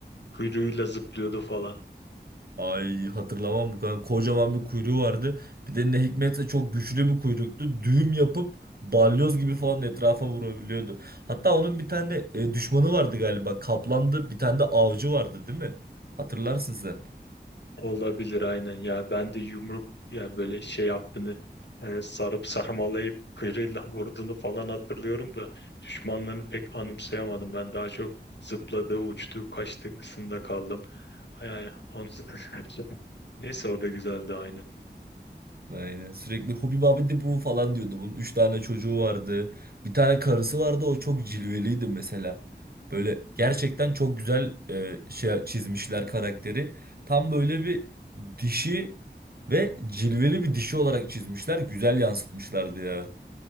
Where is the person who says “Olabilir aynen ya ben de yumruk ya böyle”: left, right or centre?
Left